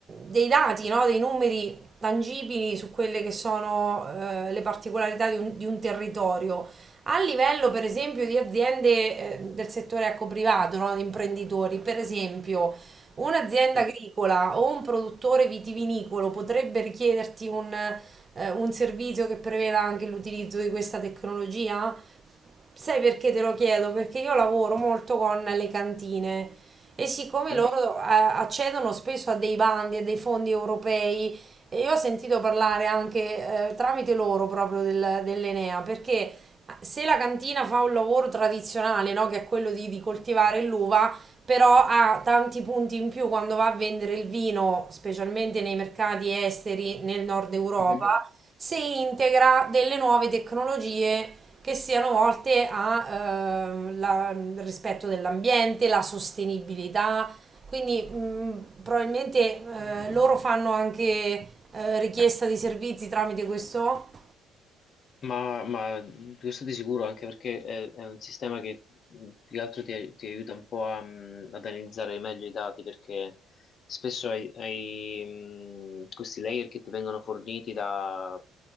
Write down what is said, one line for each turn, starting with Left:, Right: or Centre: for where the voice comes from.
Right: dei dati, no? Dei numeri tangibili su quelle che sono eh, le particolarità di un, di un territorio. A livello, per esempio, di aziende eh, del settore ecco, privato, no? Di imprenditori, per esempio, un'azienda
Left: sì,
Right: agricola o un produttore vitivinicolo potrebbe richiederti un, eh, un servizio che preveda anche l'utilizzo di questa tecnologia? Sai perché te lo chiedo? Perché io lavoro molto con le cantine e siccome
Left: sì.
Right: loro eh, accedono spesso a dei bandi e dei fondi europei, e io ho sentito parlare anche eh, tramite loro proprio del- dell'Enea, perché se la cantina fa un lavoro tradizionale, no, che è quello di, di coltivare l'uva, però ha tanti punti in più quando va a vendere il vino, specialmente nei mercati esteri nel nord Europa,
Left: Mhm.
Right: se integra delle nuove tecnologie che siano volte al eh, rispetto dell'ambiente, la sostenibilità. Quindi mh, probabilmente eh, loro fanno anche eh, richiesta di servizi tramite questo?
Left: Ma, ma questo di sicuro, anche perché è, è un sistema che mh, più che altro ti, ti aiuta un po' a, mh, ad analizzare meglio i dati, perché spesso hai, hai, mh, questi layer che ti vengono forniti da